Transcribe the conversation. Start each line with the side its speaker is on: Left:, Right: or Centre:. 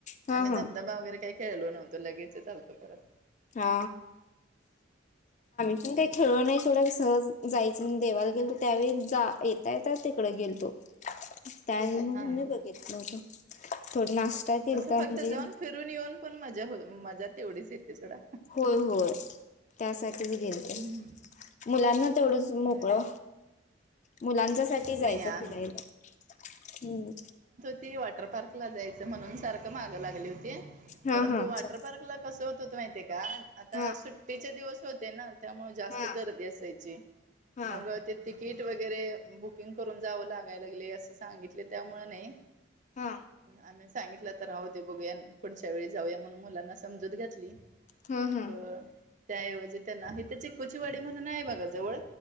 Left: हा
Right: आम्ही
Left: हा
Right: धबधबा वगैरे काही खेळलो नव्हतो. लगेच चालतो परत.
Left: हा प काही खेळ नाही सोडा सहज जायचं म्हण देवाला गेल तो त्यावेळी जा येता येता तिकड गेल तो टायमिंग
Right: हा हा
Left: नाही बघितलं होतं. थोड नाश्ता केलता
Right: तसं फक्त
Left: म्हणजे
Right: जाऊन फिरून येऊन पण मजा मजा तेवढीच येते सोडा.
Left: होय होय त्यासाठीच गेलते
Right: हम्म
Left: मुलांना, थोडच
Right: होय
Left: मोकळ, मुलांचसाठी जायचं
Right: नाही आम
Left: फिरायला हम्,
Right: ती वॉटर पार्क ला जायचं, म्हणून सारखं मागं लागली होती.
Left: हा
Right: परंतु
Left: हा अच्छा
Right: वॉटर पार्क ला कसं होत, माहितीय का आता
Left: हा
Right: सुट्टीचे दिवस होते ना. त्यामुळे जास्त
Left: हा
Right: गर्दी असायची
Left: हा
Right: मग ते त, तिकीट वगैरे बुकिंग करून जावं लागाय लागली असं सांगितले त्यामु नाही.
Left: हा हा
Right: आम्ही सांगितलं तर राह दे बघूया पुढच्या वेळी जाऊया म्हणून मुलांना समजूत घातली.
Left: हा
Right: मग त्याऐवजी त्यांना हथ चिक्कूची वाडी म्हणून आहे बघा जवळ